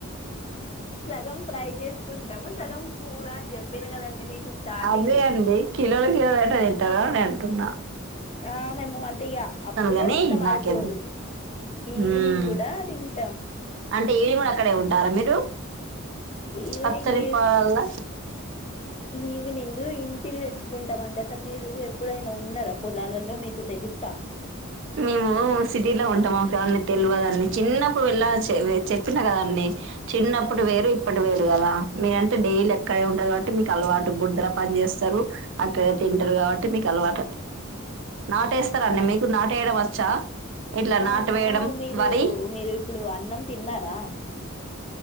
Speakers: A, on the left; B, on the right.
A: సగం ఫ్రై చేసుకుంటాము సగం కూర అని చెప్పినా కదండి మీకు స్టార్టింగే
B: అదే అండి కిలోలు కిలోలు ఎట్టా తింటారు అని అంటూ తున్న
A: ఆ మేము అంటే ఇక అప్పుడే
B: గాని
A: మొత్తం అయిపోదు
B: నాకెందుకు
A: ఈవినింగ్
B: మ్మ్
A: కూడా తింట
B: అంటే ఈవినింగ్ కూడా అక్కడే ఉంటారా మీరు
A: ఈవినింగ్
B: పత్తరిపాలల్ల
A: ఈవినింగ్ ఇంటికి తెచ్చుకుంటాం అండి అసలు మీరు ఎప్పుడైనా ఉన్నారా పొలాలలో మీకు తెలుస
B: మేము సిటీలో ఉంటాము మా ఫ్యామిలీ తెలవదండి చిన్నప్పుడు వెళ్ళ చెప్పిన కదా అండి చిన్నప్పుడు వేరు ఇప్పడు వేరు కదా మీరంటే డైలీ అక్కడ ఉంటారు. కాబట్టి మీకు అలవాటు బుడదలో పని చేేస్తారు అక్కడ తింటారు కాబట్టి మీకు అలవాటు నాటు నాటేస్తారండీ మీకు నాటేయడం వచ్చా ఇట్లా
A: అవును
B: నాటు వేయడం
A: మీరు
B: వరి
A: మీరు ఇప్పుడు అన్నం తిన్నారా